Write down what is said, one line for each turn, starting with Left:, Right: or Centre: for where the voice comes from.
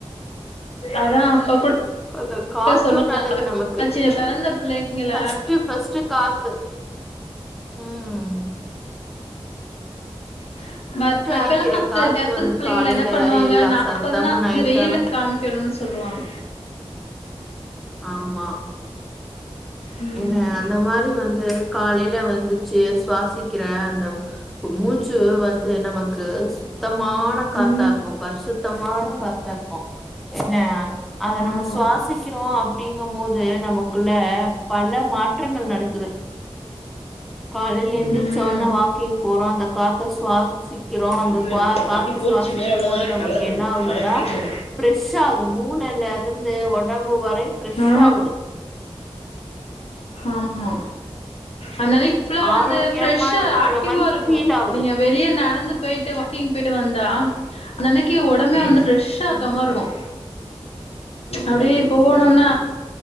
Left: அதான் அப்ப கூட
Centre: அந்த காத்தும்
Left: சொல்லுவாங்க
Centre: நல்லது நமக்கு
Left: பெறந்த பிள்ளைங்கள
Centre: ஃபஸ்டு ஃபஸ்டு காத்து உம்
Left: <unintelligible>
Centre: அடிக்கிற
Left: பெறந்த
Centre: காத்து வந்து
Left: பிள்ளைங்கள
Centre: காலையில
Left: என்ன பண்ணுவாங்க
Centre: எல்லா
Left: நாப்பது
Centre: சத்தமு
Left: நாள்
Centre: நைட்
Left: வெயில
Centre: ஆனா
Left: காமிக்கணுனு சொல்லுவாங்க
Centre: ஆமா
Left: ம்
Centre: என்ன அந்த மாரி வந்து காலைல வந்துச்சு சுவாசிக்கிற அந்த மூச்சு வந்து நமக்கு சுத்தமான காத்தா
Left: ம்
Centre: இருக்கும் பரிசுத்தமான காத் தருக்கும் என்ன அத நம்ம
Left: ஆமா
Centre: சுவாசிக்கிறோ அப்படிங்கும்போது நமக்குள்ள பல்ல மாற்றங்கள் நடக்குது காலைல எந்திரிசோன
Left: ம்
Centre: வாக்கிங் போ புறம் அந்த காத்த ஸ்வா சிக்கிறோம் அந்த
Left: வண்டி வ
Centre: க்வா காத்த
Left: வண்டி போச்சு
Centre: சுவாசிக்கும்
Left: மேல அவ்வளோதா
Centre: போது நமக்கு
Left: கலருமு
Centre: என்ன ஆவுதுன்னா
Left: கலட்டிடுமு
Centre: பிரெஷ்ஷா ஆகு மூளலருந் இது ஒடம்பு வரை ஃப்ரெஷ்
Left: ஆ
Centre: ஆவுது
Left: ஆமா அந்தானிக்கு ஃபுல்லா
Centre: ஆரோக்கியமா
Left: வந்து ஃப்ரெஷ்ஷா
Centre: இருக்கிற
Left: ஆக்டிவா
Centre: மாரி
Left: இருக்கும்
Centre: ஃபீல் ஆகுது
Left: நீங்க வெளிய நடந்து பெயிட்டு வாக்கிங் பெயிட்டு வந்தா அந்த அன்னிக்கே உடம்பே வந்து ஃப்ரெஷ்ஷா இருக்க
Centre: ம்
Left: மாருக்கும் அப்டியே போணுனா